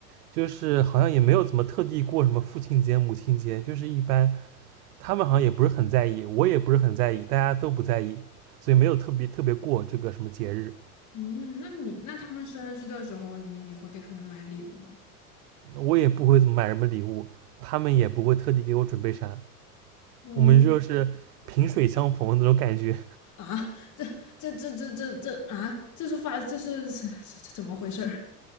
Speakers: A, on the right; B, on the left.
A: 就是好像也没有怎么特地过什么父亲节、母亲节，就是一般他们好像也不是很在意，我也不是很在意，大家都不在意，所以没有特别特别过这个什么节日。
B: 嗯，那你那他们生日的时候，你会给他们买礼物吗？
A: 我也不会怎么买什么礼物，他们也不会特地给我准备啥，
B: 嗯
A: 我们就是萍水相逢的那种感觉。
B: 啊，<laughs> 这这这这这这啊，这是发这是 <laughs> 这这怎么回事儿？